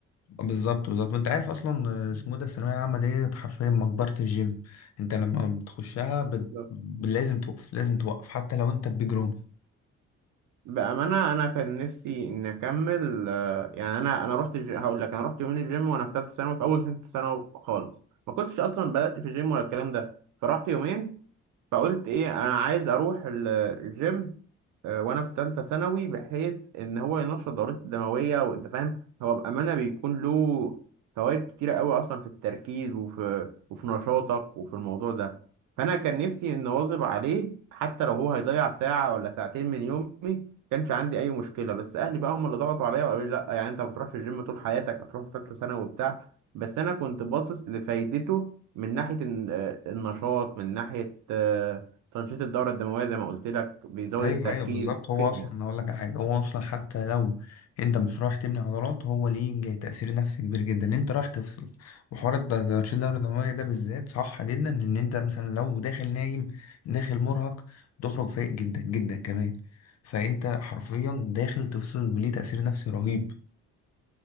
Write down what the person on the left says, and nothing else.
بالظبط بالظبط وانت عارف اصلا آه، اسمه إيه ده الثانويه العامه دي حرفيا مقبره الجيم انت لما بتخشها بت...
لازم توقف لازم توقف حتى لو انت بجروم
ايوه
ايوه بالظبط هو
اصلا
هقول لك على حاجه هو اصلا حتى لو انت مش رايح تبني عضلات هو ليه تاثير نفسي كبير جدا انت رايح تفصل وحوار التنشيط الدوري الدمويه ده بالذات صح جدا ان انت مثلا لو داخل نايم داخل مرهق تخرج فايق جدا جدا كمان فانت حرفيا داخل تفصل وليه تاثير نفسي رهيب